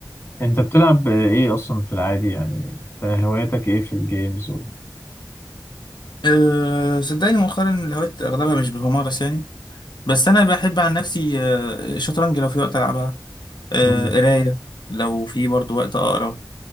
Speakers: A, on the left; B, on the left.
A: انت بتلعب ايه اصلا في العادي يعني انت هواياتك ايه في الجيمز و...
B: أه صدقني مؤخرا الهوايات أغلبها مش بتمارس يعني بس أنا بحب عن نفسي أه شطرنج لو في وقت ألعبها أه
A: مم.
B: قراية لو في برضه وقت أقرأ